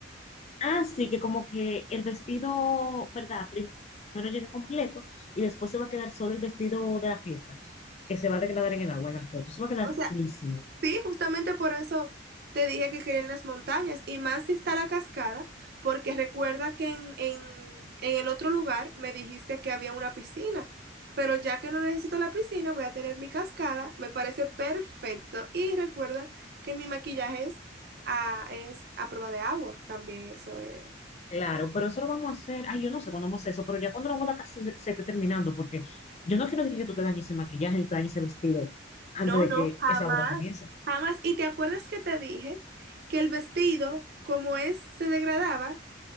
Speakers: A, on the left (about 35°); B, on the right (about 50°).
A: así que como que el vestido, ¿verdad? Primero llega completo y después se va a quedar solo el vestido de la fiesta, que se va a degradar en el agua, en las fotos. Eso va a quedar
B: O sea,
A: chulísimo.
B: Sí, justamente por eso te dije que quería en las montañas y más si está la cascada, porque recuerda que en, en, en el otro lugar me dijiste que había una piscina, pero ya que no necesito la piscina, voy a tener mi cascada, me parece perfecto. Y recuerda que mi maquillaje es a, es a prueba de agua, también eso es.
A: Claro, pero eso lo vamos a hacer. Ay, yo no sé cuándo vamos a hacer eso, pero ya cuando la boda casi se, se esté terminando, porque yo no quiero decir que tú te dañes ese maquillaje ni te dañes ese vestido antes
B: No,
A: de
B: no,
A: que
B: jamás,
A: esa boda comience.
B: jamás. ¿Y te acuerdas que te dije que el vestido, como es, se degradaba,